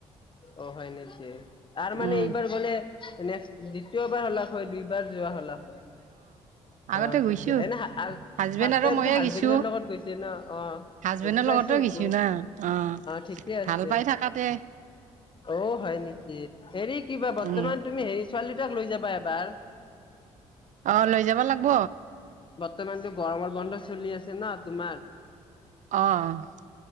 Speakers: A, on the left; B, on the right.
A: অ', হয় নেকি! তাৰ মানে
B: উম
A: এইবাৰ গ'লে, নেক্স দ্বিতীয়বাৰ হ'ল হয়, দুইবাৰ যোৱা হ'লা হয়। অ',
B: আগতে গৈছো
A: ঠিকে, এনে ফাৰ্ষট
B: হাজবেণ্ড আৰু
A: টাইম
B: ময়ে
A: টো হাজবেণ্ডৰ
B: গেছো
A: লগত গৈছে ন'! অ'।
B: হাজবেণ্ডৰ
A: বুজি পাইছো
B: লগতও
A: সেইটো
B: গিছো না অ',
A: ঠিকে আছে
B: ভাল পাই থাকাতে।
A: অ', হয় নেকি! হেৰি কিবা, বৰ্তমান
B: উম
A: তুমি হেৰি ছোৱালী দুটাক লৈ যাবা এবাৰ।
B: অ', লৈ যাব লাগিব।
A: বৰ্তমানতো গৰমৰ বন্ধ চলি আছে ন, তোমাৰ।
B: অ'।